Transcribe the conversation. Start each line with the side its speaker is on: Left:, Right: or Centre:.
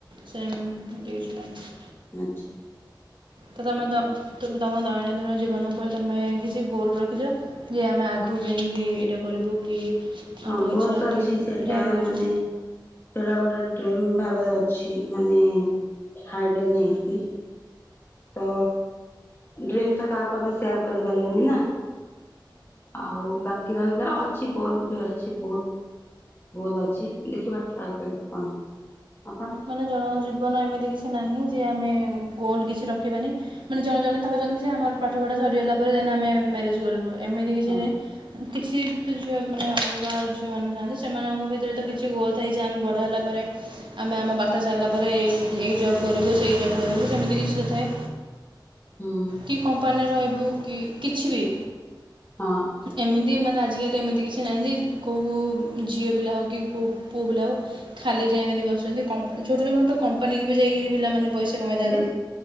Right: ସେମତି କିଛିନାଇଁ।
Left: ଆଛା।
Right: ତ ତମେ ଦ ତମ ଦୈନଦିନ ଜୀବନ ଉପରେ ତମେ କିଛି ଗୋଲ ରଖିଚ। କି ଆମେ ଆଘୁକୁ ଯାଇଁକି ଏଇଟା କରିବୁ କି
Left: ହଁ
Right: ଆମ
Left: ଗୋଲ୍
Right: ଇଚ୍ଛା
Left: ତ ଅଛି
Right: କି
Left: ସେଇଟା
Right: ଯାହା ବି କିଛି
Left: ମାନେ ସେଟା ଗୋଟେ ଡ୍ରିମ୍ ଭାବରେ ଅଛି ମାନେ ହାଇଡେନ୍ ହେଇକି ତ ଡ୍ରିମ୍ ତ କାଆକୁ ଆମେ ସେୟାର୍ କରିପାରିବାନି ନା। ଆଉ ବାକି ରହିଲା ଅଛି ଗୋଲ୍ ବି ଅଛି ବହୁତ୍। ଗୋଲ୍ ଅଛି ଦେଖିବା ଟ୍ରାଏ କରିବା କଣ ହଉଚି। ଆପଣ
Right: ମାନେ ଜଣ ଜୀବନ ଏମିତି କିଛି ନାହିଁ ଯେ ଆମେ ଗୋଲ୍ କିଛି ରଖିବାନି ମାନେ ଜଣେ ଜଣେ ଥାଉଚନ୍ତି ଯେ ଆମର ପାଠପଢା ସରିଗଲା ପରେ ଆମେ ମ୍ୟାରେଜ୍ କରିବୁ ଏମିତି କିଛି
Left: ହଁ
Right: ନାଇଁ। କିଛି ତ ଝିଅ ମାନେ ଅଲଗା ଝିଅମାନେ ଥାଆନ୍ତି ସେମାନଙ୍କ ଭିତରେ ତ କିଛି ଗୋଲ୍ ଥାଏ ଯେ ଆମେ ବଡ଼ ହେଲା ପରେ ଆମେ ଆମ ପାଠ ସାରିଲା ପରେ ଏଇ ଜବ୍ କରିବୁ ସେଇ ଜବ୍ କରିବୁ ସେମିତି କିଛି ତ ଥାଏ।
Left: ହୁଁ
Right: କି କମ୍ପାନୀ ରହିବୁ କି କିଛି ବି?
Left: ହଁ।
Right: ଏମିତି ମାନେ ଆଜିକାଲି ଏମିତି କିଛି ନାହିଁ ଯେ କୋଉ ଝିଅ ପିଲା ହଉ କି କୋଉ ପୁଅ ପିଲା ହଉ ଖାଲିରେ ଏମିତି ବସଚନ୍ତି ଛୋଟ ଛୋଟ କମ୍ପାନୀକୁ ବି ଯାଇକିରି ପିଲାମାନେ ପଇସା କମାଇଥାନ୍ତି।
Left: ହୁଁ